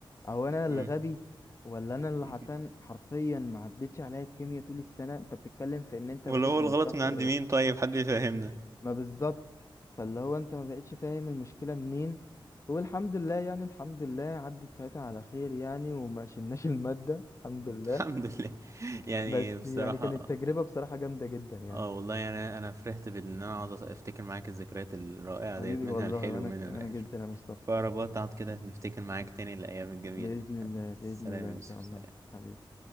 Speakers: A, on the left; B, on the right.
A: او انا اللي
B: امم
A: غبي ولا انا اللي
B: <laughs>
A: حرفيا حرفيا ما عدتش عليا الكيمياء طول السنه انت بتتكلم في ان انت
B: ولا
A: بادئ
B: هو
A: من
B: الغلط
A: شهر
B: من عند مين طيب حد يفهمنا
A: ما بالظبط فاللي هو انت ما بقتش فاهم المشكله منين والحمد لله يعني الحمد لله عدت ساعتها على خير يعني وما شلناش <laughs> الماده الحمد
B: الحمد
A: لله
B: لله <laughs> يعني
A: بس
B: بصراحة
A: يعني كانت تجربه بصراحه جامده جدا يعني
B: اه والله يعني انا فرحت بان انا اقعد افتكر معاك الذكريات الرائعة
A: حبيبي
B: ديت منها
A: والله
B: الحلو
A: وانا
B: ومنها
A: انا
B: الوحش
A: جدا يا مصطفى
B: فأنا بقعد كده نفتكر معاك تاني الأيام الجميلة
A: بإذن
B: دي حبيبي
A: الله بإذن
B: سلام
A: الله
B: يا
A: إن
B: يوسف
A: شاء الله
B: سلام
A: حبيبي